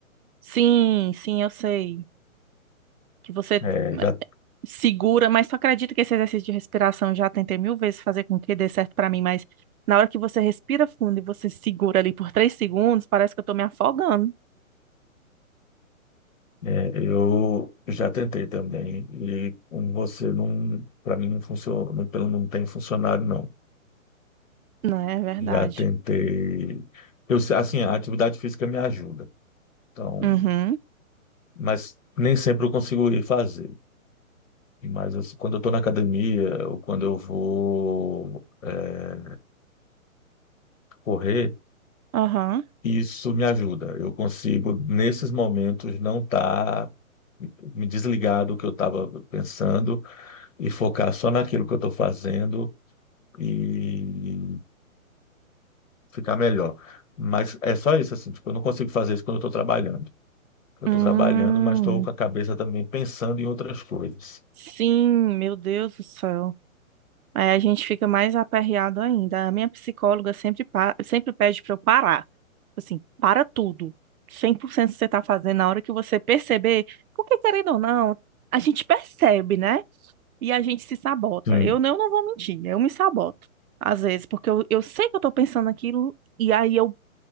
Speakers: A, on the right; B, on the left.
A: Sim, sim, eu sei. Que você eh,
B: é, já
A: segura, mas tu acredita que esse exercício de respiração eu já tentei mil vezes fazer com que dê certo pra mim, mas na hora que você respira fundo e você segura ali por três segundos, parece que eu tô me afogando.
B: é, eu já tentei também e como você não, para mim não funcionou, não, pelo não tem funcionado não.
A: Não é verdade.
B: Já tentei, eu se- assim a atividade física me ajuda, então,
A: Uhum,
B: mas nem sempre eu consigo ir fazer. Mas assim, quando eu estou na academia ou quando eu vou é, correr
A: aham.
B: Isso me ajuda. Eu consigo, nesses momentos, não estar me desligar do que eu estava pensando e focar só naquilo que eu estou fazendo e ficar melhor. Mas é só isso, assim, tipo, eu não consigo fazer isso quando eu estou trabalhando. Eu
A: Hum,
B: estou trabalhando, mas estou com a cabeça também pensando em outras coisas.
A: Sim, meu Deus do céu. Aí a gente fica mais aperreado ainda. A minha psicóloga sempre, pa- sempre pede para eu parar. Tipo Assim, para tudo. cem por cento você está fazendo, na hora que você perceber, porque querendo ou não, a gente percebe, né? E a gente se sabota.
B: Sim.
A: Eu não, não vou mentir, eu me saboto. Às vezes, porque eu, eu sei que eu estou pensando aquilo, e aí eu.